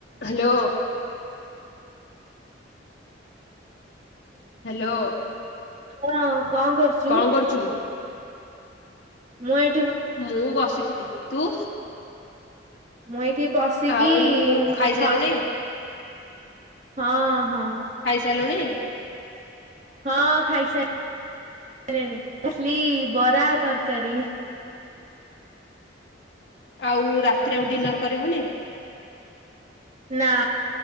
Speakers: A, on the left (about 70°); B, on the right (about 40°).
A: Hello hello
B: କଣ କଣ କରୁଛୁ?
A: କଣ କରୁଛୁ?
B: ମୁଁ ଏ
A: ମୁଁ ବସିଥିଲି। ତୁ
B: ମୁଁ ଏଇ ଏଠି ବସିକି-ଇ-ଇ
A: ଆଉ ଖାଇସାରିଲୁଣି
B: କଥା ହଉଥିଲି ତୋ ସାଙ୍ଗରେ ହଁ ହଁ। <inaudible>
A: ଚାଲୁଣି
B: ହଁ ଖାଇସାଇ ସାଇଲିଣି ଘସଲି ବରା ତରକାରୀ।
A: ଆଉ ରାତିରେ ଆଉ ଡିନର କରିବୁନି?
B: ନା